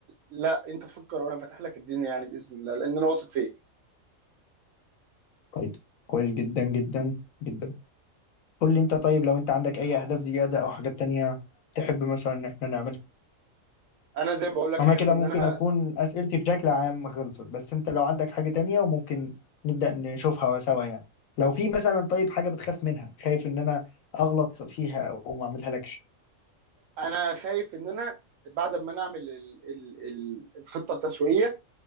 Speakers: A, on the right (about 70°); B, on the left (about 75°).
A: لا انت فكر وانا فاتح لك الدنيا يعني باذن الله لان انا واثق فيك
B: طيب كويس جدا جدا جدا قول لي انت طيب لو انت عندك اي اهداف زيادة او حاجات تانية تحب مثلا ان احنا نعملها
A: انا زي ما بقول لك
B: انا
A: احب
B: كده
A: ان
B: ممكن
A: انا
B: اكون اسئلتي بشكل عام خلصت بس انت لو عندك حاجة تانية وممكن نبدأ نشوفها سوا يعني لو في مثلا طيب حاجة بتخاف منها خايف ان انا اغلط فيها او ما اعملها لكش
A: انا خايف ان انا بعد ما نعمل ال... ال... ال... الخطه التسويقيه